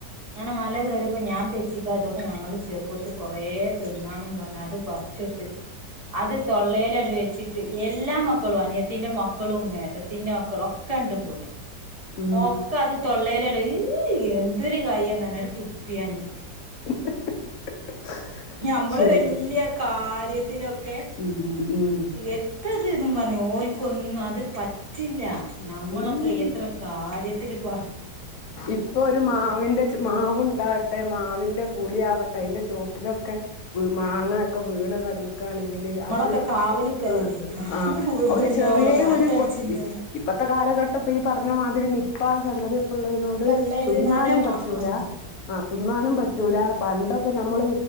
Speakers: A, on the right; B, on the left.
A: ങ്ങനെ മല കേറിയപ്പോ ഞാൻ തെച്ചിക്കാതൊക്കെ ഞങ്ങള് ചെറുപ്പത്ത് കൊറേ തിന്നാന്നും പറഞ്ഞ് അത് പറച്ചൊട്ത്തിട്ട് അത് തൊള്ളേലാട്ട് വെച്ചിട്ട് എല്ലാ മക്കളും അനിയത്തിന്റെ മക്കളും ഏട്ടത്തിന്റെ മക്കളും ഒക്കെണ്ട് കൂടെ
B: ഉം
A: ഓക്കെ അത് തൊള്ളേല ഇയ് എന്തൊരു കായാന്നറഞ്ഞട് തുപ്പ്യാഞ്ഞ്
B: <unintelligible>
A: ഞമ്മള്
B: ശരി
A: വെല്ല്യ കാര്യത്തിലൊക്കെ
B: ഉം ഉം
A: എത്തത് പറഞ്ഞ് ഓൽക്കൊന്നും അത് പറ്റില്ല ഞമ്മളൊക്കെ
B: ഉം
A: എത്ര കാര്യ ത്തിന് പ
B: ഇപ്പൊ ഒരു മാവിന്റെച്ച് മാവുണ്ട മാവിന്റെ പുളിയാവട്ടെ അയിന്റെ ചോട്ടിലൊക്കെ മാങ്ങൊക്കെ വീണ് കെടന്ന്ക്കാണെങ്കില്
A: ഞമ്മളൊക്കെ
B: അത്
A: കാവലിക്കലല്ലേനോ
B: അ ആ
A: വികുണ്ടോ
B: ഒരു ചെറ്യേ
A: കാറ്റടിച്ചിണ്ടോ
B: ഒരു കൊ ഇപ്പത്തെ കാലഘട്ടം ഇപ്പ പറഞ്ഞ മാതിരി നിപ്പ സംഗതി <inaudible>
A: ആക്കെ ഇള്ളേതിനാലെ
B: തിന്നാനും പറ്റൂല
A: മ ആഹ്
B: ആ തിന്നാനും പറ്റൂല പണ്ടൊ നമ്മള്